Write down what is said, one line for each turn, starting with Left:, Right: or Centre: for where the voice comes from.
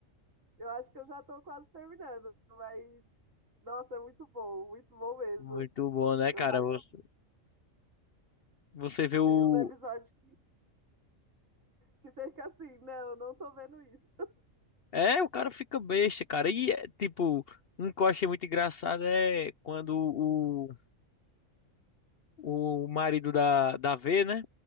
Right: Eu acho que eu já tô quase terminando, mas nossa, é muito bom, muito bom mesmo.
Left: Muito bom, né,
Right: Eu
Left: cara?
Right: racho.
Left: Você você vê o...
Right: Tem uns episódios que que você fica assim, não, não tô vendo isso.
Left: É, o cara fica besta, cara. E, é, tipo, um que eu achei muito engraçado é quando o, o marido da, da V, né?